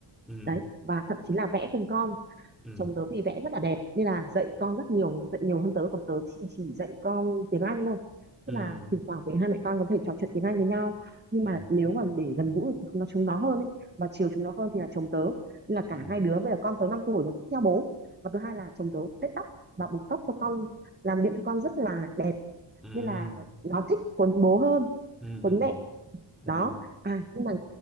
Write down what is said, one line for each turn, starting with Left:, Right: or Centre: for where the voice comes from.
Centre: ừ
Right: đấy và thậm chí là vẽ cùng con
Centre: ừ
Right: chồng tớ thì vẽ rất là đẹp nên là dạy con rất nhiều dạy nhiều hơn tớ còn tớ thì chỉ dạy con tiếng Anh thôi
Centre: ừ
Right: tức là thỉnh thoảng với hai mẹ con có thể trò chuyện tiếng Anh với nhau nhưng
Centre: ừ
Right: mà nếu mà để gần gũi thì chúng nó chúng nó hơn ấy và chiều chúng nó hơn thì là chồng tớ nên là cả
Centre: ừ
Right: hai đứa bây giờ con tớ 5 tuổi rồi vẫn theo bố và thứ hai là chồng tớ tết tóc và buộc tóc cho con làm điện cho con rất là đẹp
Centre: ừ
Right: nên là nó thích cuốn bố hơn
Centre: ừ
Right: cuốn
Centre: ừ
Right: mẹ
Centre: ừ
Right: đó à nhưng mà